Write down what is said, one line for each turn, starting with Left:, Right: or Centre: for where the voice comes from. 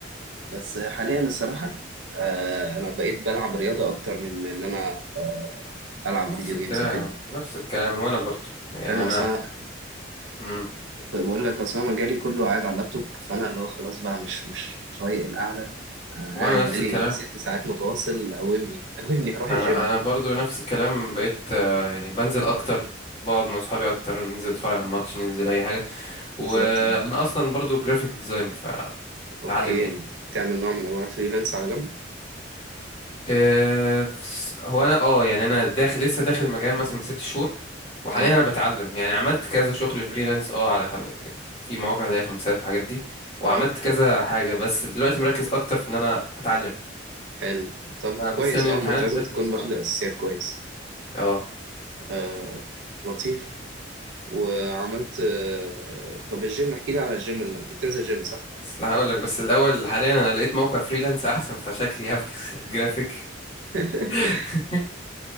Right: بس حاليا الصراحه آه انا بقيت بلعب رياضه اكتر من ان انا آه العب
Left: نفس
Right: فيديو
Left: الكلام
Right: جيمز وكده
Left: نفس الكلام وانا برضو يعني
Right: فاهم
Left: انا
Right: اصلا
Left: مم.
Right: بقول لك اصلا مجالي كله قاعد على اللابتوب فانا اللي هو خلاص بقى مش مش طايق القعده انا
Left: وانا
Right: قاعد
Left: نفس
Right: بقالي
Left: الكلام
Right: ست ساعات متواصل قومني قومني هروح
Left: انا
Right: الجيم
Left: انا برضو نفس الكلام بقيت آه، يعني بنزل اكتر بقعد مع صحابي اكتر ننزل نتفرج على الماتش ننزل اي حاجه
Right: <laughs> بالظبط
Left: وانا
Right: اه
Left: اصلا برضو جرافيك ديزاين فاتعلم
Right: اوكي
Left: يعني
Right: بتعمل نوع من انواع فريلانس على جنب
Left: آه، فس- هو انا اه يعني انا داخل لسه داخل المجال مثلا من ست شهور وحاليا
Right: اه
Left: انا بتعلم يعني عملت كذا شغل فريلانس اه على خم... في مواقع زي خمسات والحاجات دي وعملت
Right: اه
Left: كذا حاجه بس دلوقتي مركز اكتر في ان انا اتعلم
Right: حلو طب
Left: أنا
Right: كويس
Left: مستني
Right: اه
Left: الامتحانات
Right: ما انت لازم
Left: تخلص
Right: تكون
Left: اه
Right: واخد الاساسيات كويس
Left: اه
Right: آه لطيف وعملت آه طب الجيم احكي لي على الجيم اللي انت بتنزل جيم صح؟
Left: بس انا هقول لك بس الاول حاليا انا لقيت موقع فريلانس احسن فشكلي هفكس الجرافيك
Right: <laughs>
Left: <laughs>